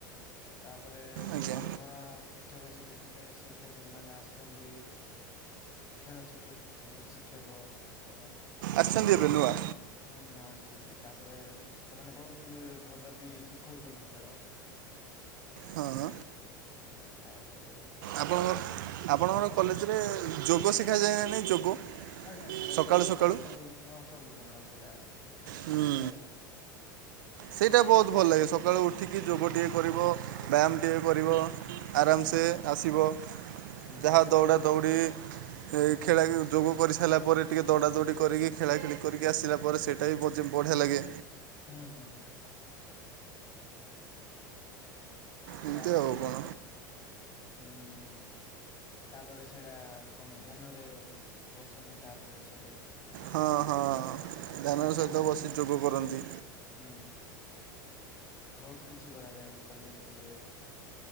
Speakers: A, on the left; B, on the right.
A: ତାପରେ ଏବେ
B: ଆଜ୍ଞା
A: ନୂଆ ସି ଶିକ୍ଷକ ଶିକେସତ୍ରୀ ଶିକ୍ଷୟତ୍ରୀମାନେ ଆସିଚନ୍ତି। ଖେଳ ଶିକ୍ଷୟତ୍ରୀ ଶିକ୍ଷକ ଏବଂ
B: ଆସଚନ୍ତି ଏବେ ନୂଆ?
A: ହୁଁ ନ ଆସିଚନ୍ତି ତାପରେ ସେମାନେ ବହୁତ ଭଲ ବି ଶିଖଉଛନ୍ତି ଖେଳ।
B: ହଁ।
A: ହୁଁ ତାପରେ
B: ଆପଣଙ୍କ ଆପଣଙ୍କର କଲେଜରେ
A: ହୁଁ
B: ଯୋଗ ଶିଖାଯାଏ ନା ନାହିଁ ଯୋଗ?
A: ଆଜ୍ଞା ସେଇଟା
B: ସକାଳୁ
A: ତ
B: ସକାଳୁ
A: ସବୁ ହଁ ସବୁଦିନ ସେଇଟା।
B: ହୁଁ
A: ଯାଇକି
B: ସେଇଟା ବହୁତ ଭଲ ଲାଗେ ସବୁ ସକାଳୁ ଉଠିକି ଯୋଗ ଟିିକେ କରିବ
A: ଯୋଗ ଟିକେ
B: ବ୍ୟାୟାମ
A: କରିବୁ
B: ଟିକିଏ କରିବ
A: ହୁଁ
B: ଆରାମସେ
A: ହୁଁ
B: ଆସିବ।
A: ହୁଁ
B: ଯାହା ଦୌଡ଼ା ଦୌଡ଼ି ଏ ଖେଳା ଖେ ଯୋଗ କରିସାରିଲା ପରେ ଟିକେ ଦୌଡ଼ା ଦୌଡ଼ି କରିକି ଖେଳାଖେଳି କରିକି ଆସିଲା ପରେ ସେଠ ଏଇ ଭୋଜି ବଢିଆ ଲାଗେ
A: ହୁଁ, ହୁଁ, ହୁଁ।
B: ଏମିତି
A: ତାପରେ
B: ଆଉ କ'ଣ
A: ଉଁ ତାପରେ ସେଡା କଣ ଧ୍ୟାନ ରେ ବସନ୍ତି ତାପରେ ସେଏଠେ
B: ହଁ ହଁ ହଁ ଧ୍ୟାନର
A: ଧ୍ୟାନ
B: ସହିତ ବସି ଯୋଗ କରନ୍ତି।
A: ହୁଁ। ବହୁତ କିଛି କରାଯାଏ କଲେଜ